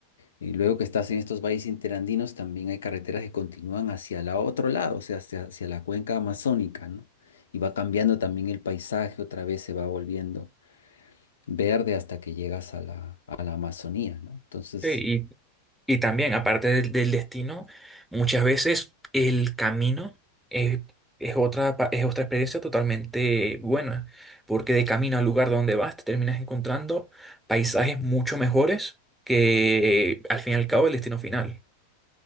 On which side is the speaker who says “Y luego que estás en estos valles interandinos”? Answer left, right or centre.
Left